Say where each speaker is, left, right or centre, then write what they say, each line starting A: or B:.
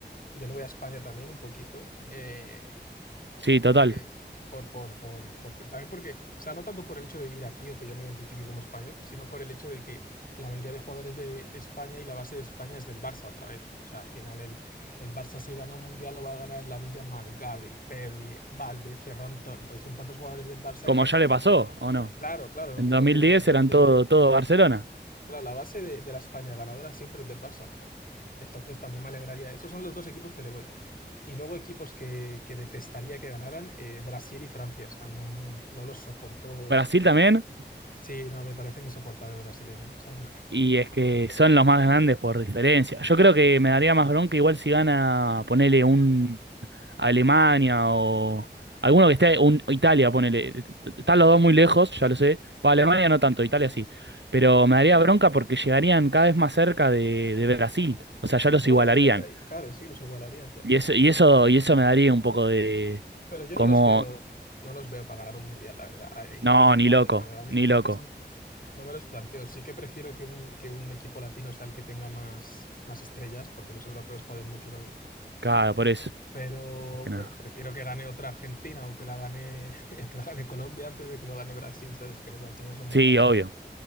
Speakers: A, on the left; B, on the right.
A: Yo le voy a España también un poquito, eh,
B: sí, total.
A: aunque por, por, por, por, también porque, o sea, no tanto por el hecho de vivir aquí o que yo me identifique como español, sino por el hecho de que la mayoría de jugadores de, de España y la base de España es del Barça otra vez. O sea, al final el, el Barça si gana un mundial lo va a ganar Lamine Yamal, Gavi, Pedri, Valde, Ferran Tor- Entonces son tantos jugadores del Barça
B: Como
A: que,
B: ya le pasó, ¿o no?
A: claro, claro, lo
B: En
A: mismo
B: dos mil
A: que en
B: diez
A: el mundial
B: eran
A: de...
B: todo, todo Barcelona.
A: Claro, la base de, de la España ganadora siempre es del Barça. Entonces también me alegraría. Esos son los dos equipos que le voy. Y luego equipos que, que detestaría que ganaran, eh, Brasil y Francia. O sea, no, no, no los soporto.
B: Brasil también,
A: Sí, no, me parecen insoportables los brasileños. O sea, no.
B: y es que son los más grandes por diferencia. Yo creo que me daría más bronca igual si gana, ponele un Alemania o alguno que esté, un, Italia, ponele. Están los dos muy lejos, ya lo sé. para Alemania no tanto, Italia sí. Pero me daría bronca porque llegarían cada vez más cerca de, de Brasil. O sea, ya los
A: Bueno,
B: igualarían.
A: ale- claro, sí, los igualarían ya.
B: Y eso, y eso, y eso me daría un poco de
A: Pero yo
B: como,
A: no los veo, no los veo para ganar un mundial, la verdad. A Italia
B: no,
A: igual,
B: ni loco,
A: Alemania, realmente,
B: ni
A: entonces
B: loco.
A: no, no me los planteo. Sí que prefiero que un, que un equipo latino sea el que tenga más, más estrellas, porque los europeos joden mucho también.
B: Claro, por eso.
A: pero
B: más que nada.
A: pre- prefiero que gane otra Argentina o que la gane, <laughs> que la gane Colombia antes de que lo gane Brasil, ¿sabes? Que los brasileños son muy
B: Sí,
A: cansones.
B: obvio.